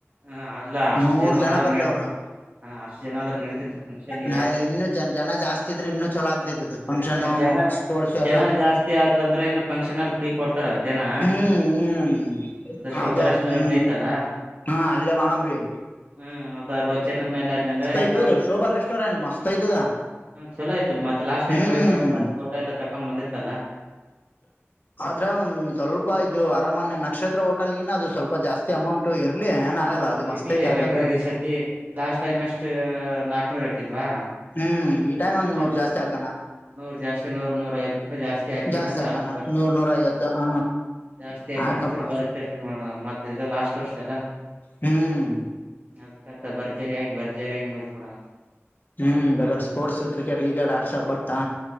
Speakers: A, on the right; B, on the left.
A: ಹ ಅಲ್ಲ ಅಷ್ಟು
B: ನೂರ್
A: ಜನ ಆದ್ರೆ
B: ಬರ್ಲಿ
A: ಹ
B: ಅವ್ರು
A: ಅಷ್ಟು ಜನ ಆದ್ರ ನಡತೇತಿ ಪಫಂಕ್ಷನ್
B: ನಾ ಇನ್ನುೂ ಜನ ಜಾಸ್ತಿ ಇದ್ರೆ ಇನ್ನುೂ ಚಲೋ ಆಗ್ತೂತು ಅದು ಫಂಕ್ಷನ್ನು
A: ಮತ್ ಜನ
B: ಸ್ಪೋರ್ಟ್ಸ್ ಎಲ್ಲ
A: ಜನ ಜಾಸ್ತಿ ಆತಂದ್ರೆ ಇನ್ನು ಫಂಕ್ಷನ್ ಅಲ್ಲಿ ಫ್ರೀ ಕೊಡ್ತಾರಂತೇನಾ
B: ಹ್ಮ್ ಹ್ಮ್
A: ಶೋಭಾ
B: ಅದ
A: ರೆಸ್ಟೋರೆಂಟ್
B: ಹ್ಮ
A: ಐತಲ್ಲ
B: ಹಾ ಅಲ್ಲ ಮಾಡುನರಿ
A: ಹ್ಮ್ ಅದ ಅವತ್ತು ಜನ ಮೇಲೆ ಆದಂದ್ರೆ
B: ಐತದು
A: ಏ
B: ಶೋಭಾ ರೆಸ್ಟೋರೆಂಟ್ ಮಸ್ತ್ ಐತದ
A: ಚಲೋ ಆಯ್ತಲ್ ಮತ್ತೆ ಲಾಸ್ಟ್
B: ಹ್ಮ್
A: ಮೂವಿ ಬ್ ಮತ್ತತ್ ಫೋಟೋ ಎಲ್ಲ ತಕೊಂಡು ಬಂದಿತ್ತಲ್ಲಾ
B: ಆದ್ರೆ ಒಂದ್ ಸ್ವಲ್ಪ ಇದು ಅರಾಮನೆ ನಕ್ಷತ್ರ ಹೋಟೆಲನ ಅದು ಸ್ವಲ್ಪ ಜಾಸ್ತಿ ಅಮೌಂಟ್ ಇರ್ಲಿ ಏನ್ ಆಗಲ್ಲ ಅ ಮತ್
A: ಇರ್ಲಿ
B: ಐತಿ ಯಕಂದ್ರೆ
A: ಬೇಕಾದ್ರೆ ಈ ಸತಿ <unintelligible> ಲಾಸ್ಟ್ ಟೈಮ್ ಅಷ್ಟು ನಾಲ್ಕನೂರು ಹಾಕಿದ್ವಾ
B: ಹ್ಮ್ ಈ ಟೈಮ್ಂದ್
A: ನಾಕ್ನೂರ್
B: ನೂರು ಜಾಸ್ತಿ ಹಾಕಣ
A: ನೂರ್ ಜಾಸ್ತಿ ನೂರೂ ಐವತುರೂಪೈ ಜಾಸ್ತಿ ಜ ಹಾಕಿದ್
B: ಜಾಸ್ತಿ
A: ನಂತ್ರ
B: ಹಾಕಣ
A: ಅದ ಬರ್
B: ನೂರ್ ನೂರ ಐವತ್ತು ಹ
A: ಜಾಸ್ತಿ ಹಾಕಿದ್
B: ಹಾಕಮ್ಮ
A: ನಂತ ಬರ್ತ ಮಾಡ ಮತ್ತೆ ಇದು ಲಾಸ್ಟ್ ವರ್ಷ ಎಲ್ಲ
B: ಹ್ಮ್
A: ಅದ್ಕ ಬರ್ಜರಿ ಆಗಿ ಬರ್ಜರಿ ಆಗಿ ಮುಗಿಸ ಕೊಡಣ
B: ಹ್ಮ್ ಬೇಗ ಸ್ಪೋರ್ಟ್ಸ್ ಕ್ರಿಕೆಟ್ ಗಿಕಟ್ ಆಡ್ಸಾಕ್ ಬರ್ತಾ